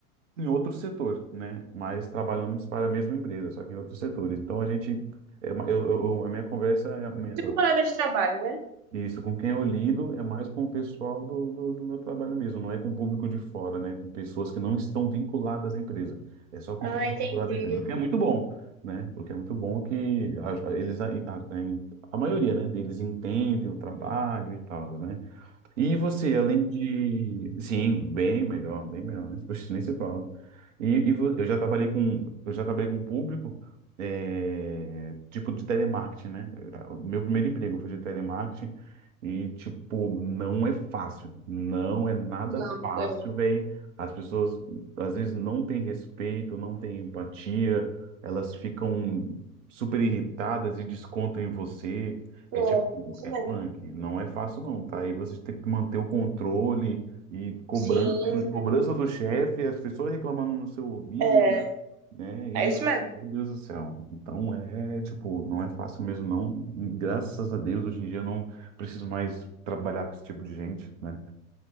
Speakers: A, on the right (about 60°); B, on the right (about 20°).
A: em outro setor, né? Mas trabalhamos para a mesma empresa, só que em outros setores. Então a gente, é uma- eu, eu- eu- a minha conversa, é a minha-
B: Tipo palavra de trabalho, né?
A: isso, com quem eu lido é mais com o pessoal do, do, do meu trabalho mesmo, não é com o público de fora, né? Com pessoas que não estão vinculadas à empresa. É só com
B: Ah,
A: quem está
B: entendi.
A: vinculado à empresa, o que é muito bom, né? O que é muito bom que a, a- eles, a, a, a maioria, né, deles entende o trabalho e tal, né? E você, além de. Sim, bem melhor, bem melhor. né? Poxa, nem se fala. E, e vo- eu já trabalhei com. Eu já trabalhei com um público, é, tipo de telemarketing, né? O meu primeiro emprego foi de telemarketing e, tipo, não é fácil. Não é nada
B: Nada.
A: fácil, velho. As pessoas às vezes não têm respeito, não têm empatia, elas ficam super irritadas e descontam em você. É
B: É, é isso
A: é
B: mesmo.
A: punk, não é fácil não, tá? Aí você tem que manter o controle e cobrança,
B: Sim,
A: cobrança do chefe, as pessoas reclamando no seu ouvido,
B: é,
A: né? E,
B: é isso mesmo.
A: meu Deus do céu. Então é, tipo, não é fácil mesmo não. Graças a Deus, hoje em dia eu não preciso mais trabalhar com esse tipo de gente, né?